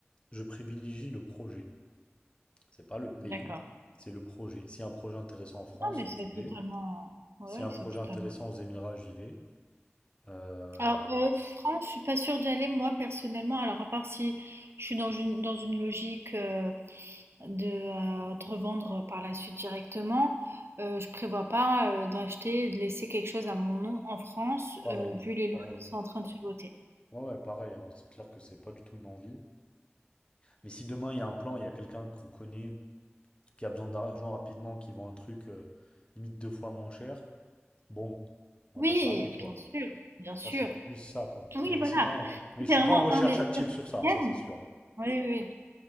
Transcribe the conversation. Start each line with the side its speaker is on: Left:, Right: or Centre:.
Left: Je privilégie le projet. C'est pas le pays,
Right: D'accord.
Left: c'est le projet. si un projet intéressant en France,
Right: Non, mais c'est
Left: j'y vais.
Right: totalement... Ouais,
Left: S'il y a un projet
Right: c'est totalement...
Left: intéressant aux Émirats, j'y vais. Euh,
Right: Alors, euh, France, je suis pas sûre d'y aller moi personnellement. Alors, à part si je suis dans une, dans une logique euh, de, euh, de revendre par la suite directement, euh, je prévois pas euh, d'acheter, et de laisser quelque chose à mon nom en France,
Left: pareil,
Right: euh, vu les lois
Left: pareil.
Right: qui sont en train de se voter.
Left: Ouais, ouais, pareil, hein, C'est clair que c'est pas du tout une envie. Mais si demain il y a un plan, il y a quelqu'un qu'on connaît qui a besoin d'argent rapidement, qui vend un truc euh, limite deux fois moins cher, bon, on
Right: Oui,
Left: va pas se fermer, quoi.
Right: bien sûr, bien sûr.
Left: Ça, c'est plus ça, quoi.
Right: Oui,
Left: Mais
Right: voilà.
Left: sinon, mais
Right: C'est vraiment
Left: je suis pas en recherche
Right: investir
Left: active
Right: à
Left: sur ça,
Right: terme.
Left: ça c'est sûr. hein.
Right: Oui, oui.